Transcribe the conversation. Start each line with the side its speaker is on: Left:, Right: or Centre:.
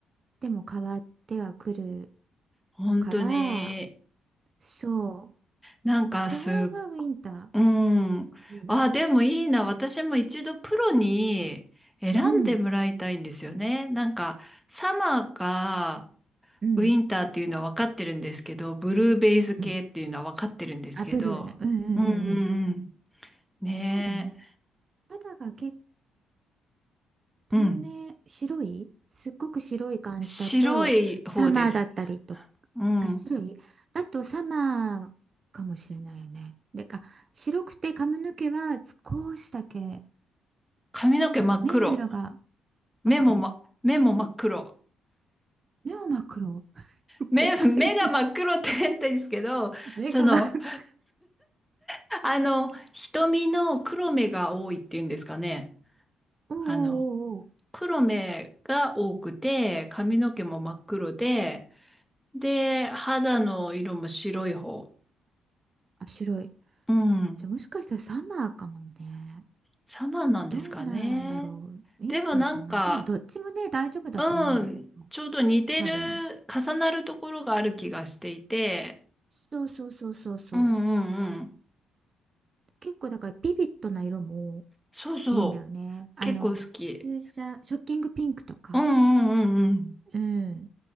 Right: でも変わってはくる
Centre: 本当に、
Right: から、そ
Centre: なんかす、
Right: う。でも基本はウィンター。
Centre: うん。
Right: うん
Centre: あ、でもいいな。私も一度プロに選んでもらいたいんですよね。
Right: うんうん。
Centre: なんか、サマーか、
Right: うん
Centre: ウィンターっていうのは分かってるんですけど、ブルーベイズ系っていうのは分かってるんですけど、
Right: うんあ、ブルーね。うんうんうんうんあブルーねうんうんうんうん
Centre: うんうんうん。ね
Right: そうだね。肌が結透明、
Centre: え。うん。
Right: 白いすっごく白い感じだと、
Centre: 白い方です。
Right: サマーだったりと、
Centre: うん。
Right: あ、白いだとサマーかもしれないよね。でか、白くて髪の毛は少しだけ、
Centre: 髪の毛真っ黒。
Right: あ、目の色が
Centre: 目も、
Right: 真っ黒。
Centre: ま、目も真っ黒。
Right: あ目、目は真っ黒。<laughs>
Centre: 目、
Right: 怖い。
Centre: 目が真っ黒って変態ですけど、
Right: 目が真っ黒。
Centre: その、あの、瞳の黒目が多いっていうんですかね。
Right: おうおうおうおう
Centre: あの、黒目が多くて、髪の毛も真っ黒で、で、肌の色も白い方。
Right: あ、白い。
Centre: うん、
Right: じゃあもしかしたらサマーかもね。
Centre: サマーなんですかね。
Right: どうなんだろう。ウィンターかな。
Centre: でもなんか、
Right: でもどっちもね、大丈夫だと思うんですけど、
Centre: うん、ちょうど似てる、
Right: 多分。
Centre: 重なるところがある気がしていて、
Right: そうそうそうそうそう。
Centre: うんうんうん。
Right: 結構だからビビッドな色も
Centre: そうそう。
Right: いいんだよね。あの、
Centre: 結構好き。
Right: 風車、ショッキングピンクとか。
Centre: うんうんうんうん。
Right: うん。